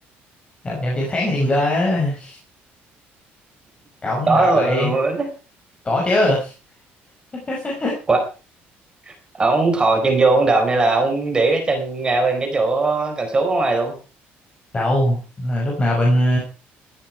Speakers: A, on the left; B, on the right.
A: đập nhầm chân thắng hay chân ga á cổng
B: đó
A: đạp lại
B: là-
A: có chứ <laughs>
B: quá ông thò chân vô ông đạp nên là ông để cái chân ngay bên cái chỗ cần số ở ngoài luôn
A: đâu là lúc nào bên ờ,